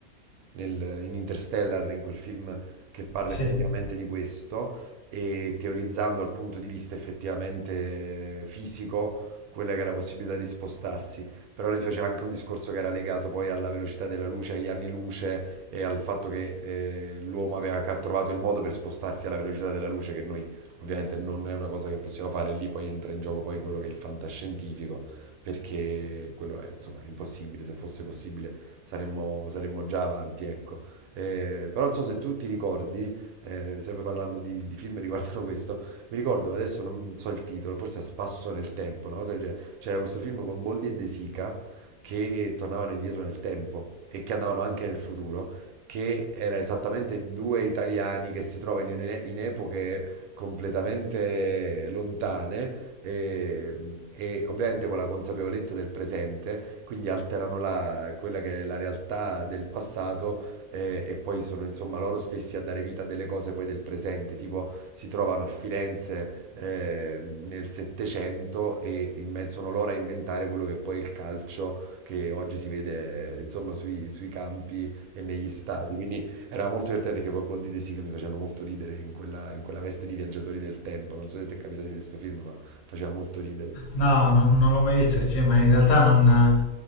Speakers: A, on the right; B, on the left.
A: nel- in Interstellar, in quel film che parla
B: Sì.
A: effettivamente di questo e teorizzando dal punto di vista effettivamente eh, fisico quella che è la possibilità di spostarsi. Però lei si faceva anche un discorso che era legato poi alla velocità della luce, agli anni luce, e al fatto che eh, l'uomo aveva ca- trovato il modo per spostarsi alla velocità della luce, che noi ovviamente non è una cosa che possiamo fare, lì poi entra in gioco poi quello che è il fantascientifico, perché quello è, insomma, è impossibile, se fosse possibile saremmo, saremmo già avanti, ecco. Eh, però non so se tu ti ricordi, eh, sempre parlando di, di film che riguardano questo, mi ricordo adesso non so il titolo, forse a spasso nel tempo, una cosa del genere. C'era questo film con Boldi e De Sica che tornavano indietro nel tempo e che andavano anche nel futuro che era esattamente due italiani che si trovano in, une- in epoche completamente lontane e, e ovviamente con la consapevolezza del presente, quindi alterano la- quella che è la realtà del passato eh, e poi sono insomma loro stessi a dare vita a delle cose poi del presente, tipo si trovano a Firenze eh, nel Settecento e inven- sono loro a inventare quello che poi è il calcio che oggi si vede eh, insomma sui sui campi e negli stadi, quindi era molto divertente che poi Boldi e De Sica mi facevano molto ridere in quella, in quella veste di viaggiatori del tempo, non so se ti è capitato di vedere questo film, ma faceva molto ridere.
B: No, non, non l'ho mai visto, sì, ma in realtà non,